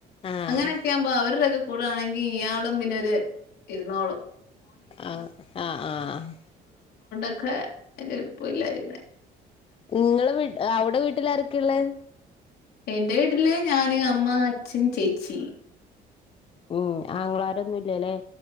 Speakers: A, on the left; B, on the left.
A: ആഹ്
B: അങ്ങനെയൊക്കെയ ആവുമ്പോ അവരുടെൊക്കെ കൂടാണെങ്കിൽ ഇയാളും പിന്നെ ഒരു ഇരുന്നാളും
A: ആഹ് ആഹ് ആഹ്
B: ക്കെ അതിന്റെ എളപ്പില്ലായിനെ
A: നിങ്ങള അവിടെ വീട്ടിൽ ആരൊക്കെയള്ളേ
B: എറെ വീട്ടില് ഞാന് അമ്മ അച്ഛൻ ചേച്ചി
A: ഉം ആങ്ങളാരൊന്നുംല്ലല്ലേ